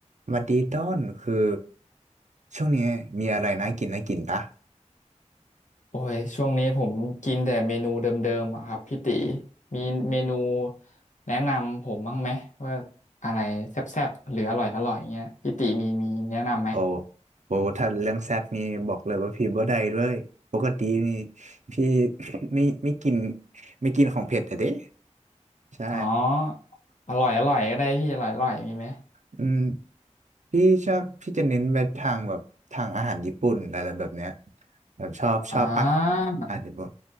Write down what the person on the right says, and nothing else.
สวัสดีต้นคือช่วงนี้มีอะไรน่ากินน่ากินปะ
โอ้โอถ้าเรื่องแซดนี่บอกเลยว่าพี่บ่ได้เลยปกตินี่พี่ <coughs> <laughs> ไม่ไม่กินไม่กินของเผ็ดอะเด้ใช่
อืมพี่ชอบพี่จะเน้นไปทางแบบทางอาหารญี่ปุ่นอะไรแบบเนี้ยแบบชอบชอบปะ
อาหารญี่ปุ่น